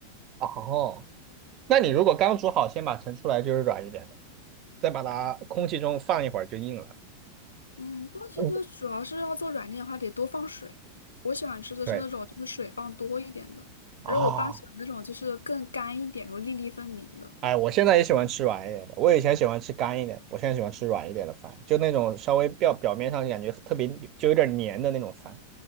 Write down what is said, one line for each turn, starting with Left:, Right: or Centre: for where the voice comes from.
Right: 哦，那你如果刚煮好，先把盛出来就是软一点的，再把它空气中放一会儿就硬了。
Left: 嗯，不过其实主要是要做软件的话，
Right: 嗯
Left: 得多放水。我喜欢吃的是那种就是水放多一点的，
Right: 对啊，
Left: 然后我爸喜欢那种就是更干一点，然后粒粒分明的。
Right: 哎，我现在也喜欢吃软一点的，我以前喜欢吃干一点，我现在喜欢吃软一点的饭，就那种稍微表表面上感觉特别就有点黏的那种饭。